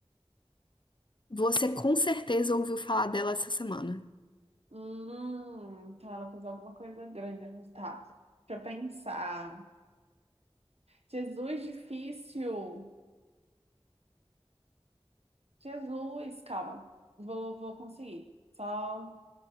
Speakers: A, on the left; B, on the right.
A: você com certeza ouviu falar dela essa semana.
B: Hum, então ela fez alguma coisa grande. mas Tá. Deixa eu pensar. Jesus, difícil. Jesus, calma. Vou, vou conseguir. Só.